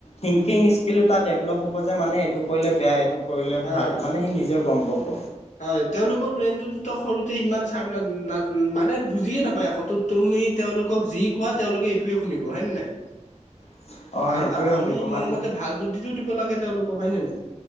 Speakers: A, on the left; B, on the left.
A: থিংকিং স্কীল টো দেভেলপ হব যে মানে এইটো কৰিলে বেয়া, এইটো কৰিলে
B: হয়
A: ভাল।
B: হয়।
A: মানে সি নিজে গম পাব।
B: হয় তেওঁলোকৰ ব্ৰেইনটোতো সৰুতে ইমান চাৰ্প মানে বুজিয়ে নাপায় আকৌ তো তুমি তেওঁলোকক যি কোৱা তেওঁলোকে এইটোয়ে শুনিব। হয়নে নাই?
A: অ <inaudible>
B: আ
A: সেইটোৱে
B: আমি
A: শুনিব মানে
B: মোৰ মতে ভাল বুদ্ধিটো দিব লাগে তেওঁলোকক হয় নে নাই।